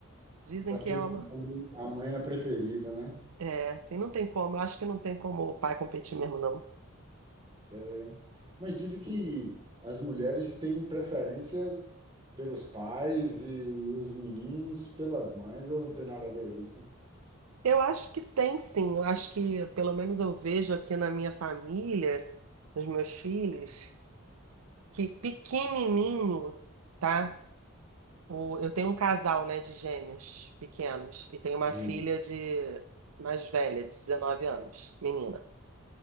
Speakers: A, on the right; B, on the right.
A: Dizem
B: Para
A: que
B: todo
A: é uma.
B: mundo, a mãe é a preferida, né?
A: É, assim, não tem como. Eu acho que não tem como o pai competir mesmo, não.
B: É. Mas dizem que as mulheres têm preferências pelos pais e os meninos pelas mães, ou não tem nada a ver isso?
A: Eu acho que tem sim. Eu acho que, pelo menos, eu vejo aqui na minha família, nos meus filhos, que pequenininho, tá? O, eu tenho um casal, né, de gêmeos pequenos e tenho uma
B: Uhum.
A: filha de mais velha, de 19 anos, menina.